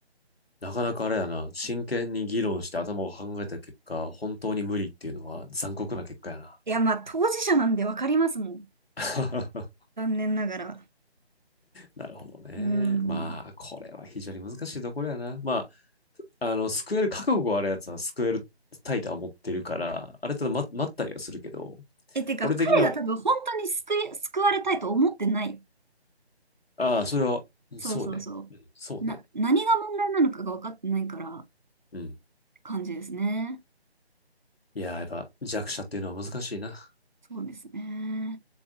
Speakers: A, on the left; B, on the right.
A: なかなかあれだな、真剣に議論して頭を考えた結果、本当に無理っていうのは残酷な結果やな。
B: いや、まあ当事者なんでわかりますもん。
A: <laughs>
B: 残念ながら。
A: なるほどね。
B: うん。
A: まあ、これは非常に難しいところやな。まあ、あの、救える覚悟があるやつは救えるタイとは思ってるから、ある程度待待ったりはするけど、
B: え、てか彼が多分本当に救い、
A: 俺的には、
B: 救われたいと思ってない。
A: ああ、それは、
B: そうそうそ
A: そうね。そうね。
B: う。な、何が問題なのかが分かってないから。
A: うん。
B: 感じですね。
A: いややっぱ弱者っていうのは難しいな。
B: そうですね。